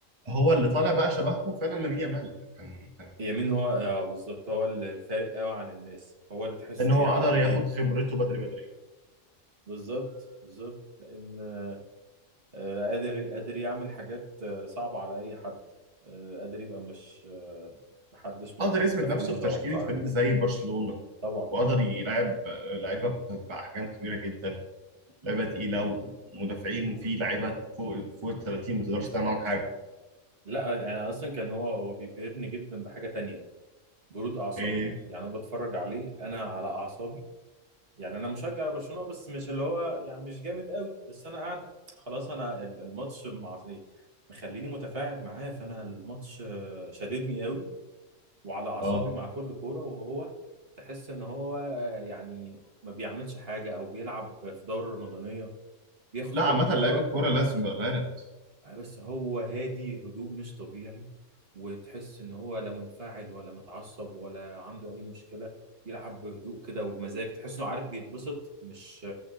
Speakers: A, on the right (about 25°); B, on the right (about 50°).
A: هو اللي طالع بقى شبههم فعلا لامين يامال كان كان
B: يمين هو اه بالظبط هو اللي فارق قوي عن الناس هو اللي تحسه
A: ان
B: بيعدي
A: هو قدر ياخد خبرته بدري بدري
B: بالظبط بالظبط لان آه، آه، قادر قادر يعمل حاجات آه، صعبة على اي حد آه، قادر يبقى مش آه، محدش من
A: قدر
B: المدافعين
A: يثبت نفسه
B: متوقع
A: في تشكيله فريق زي برشلونه
B: طبعا
A: وقدر يلعب لعيبه ب- باحجام كبيره جدا لعيبه تقيله ومدافعين في لعيبه فوق فوق ال 30 ما تقدرش تعمل معاهم حاجه
B: لا يعني اصلا كان هو هو بيبهرني جدا بحاجه تانية برود اعصابه
A: ايه
B: يعني انا بتفرج عليه انا على اعصابي يعني انا مشجع لبرشلونه بس مش اللي هو يعني مش جامد قوي بس انا قاعد خلاص انا ال- الماتش مع إيه؟ مخليني متفاعل معاه فانا الماتش آه، شددني قوي وعلى اعصابي
A: اه
B: مع كل كوره وهو تحس ان هو آه، يعني ما بيعملش حاجه او بيلعب في دوره رمضانيه بياخد
A: لا
B: كل
A: عامه
B: كوره
A: لعيب الكوره لازم يبقى بارد
B: آه، بس هو هادي هدوء مش طبيعي وتحس ان هو لا منفعل ولا متعصب ولا عنده اي مشكلة بيلعب بهدوء كده وبمزاج تحسه عارف بيتبسط مش